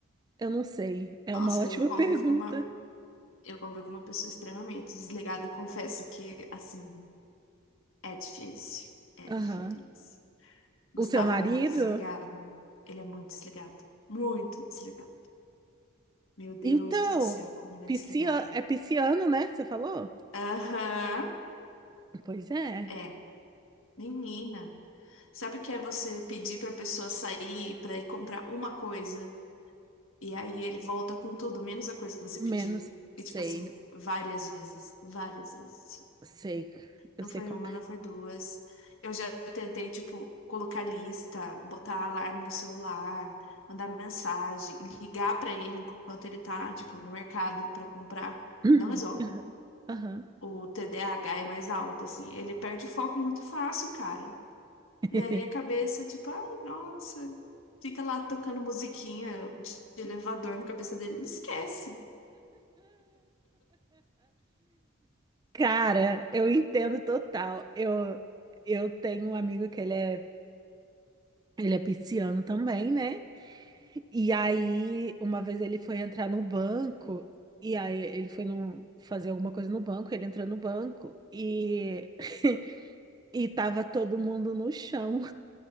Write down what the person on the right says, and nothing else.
Eu não sei. É
uma ótima
pergunta.
Aham.
O seu marido?
Então,
piscia-
é pisciano, né? Você falou?
Pois é.
Menos,
sei,
sei, eu
sei
qual.
<clears throat>
Aham.
<laughs>
Cara, eu entendo total. Eu, eu tenho um amigo que ele é, ele é pisciano também, né? E aí, uma vez ele foi entrar no banco, e aí ele foi num- fazer alguma coisa no banco, ele entrou no banco e, <laughs> e tava todo mundo no chão.